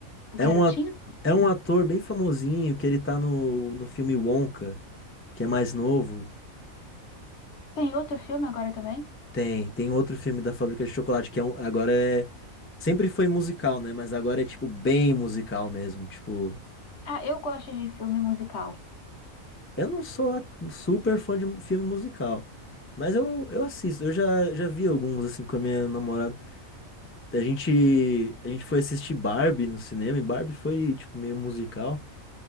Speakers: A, on the left; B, on the left.
A: O
B: É
A: Garotinho?
B: um, a- é um ator bem famosinho que ele tá no, no filme Wonka, que é mais novo.
A: Tem outro filme agora também?
B: Tem, tem outro filme da Fábrica de Chocolate que é um, agora é sempre foi musical, né? Mas agora é tipo bem musical mesmo, tipo,
A: Ah, eu gosto de filme musical.
B: eu não sou lá super fã de filme musical, mas eu, eu assisto. Eu já, já vi alguns assim com a minha namorada. A gente a gente foi assistir Barbie no cinema e Barbie foi tipo meio musical,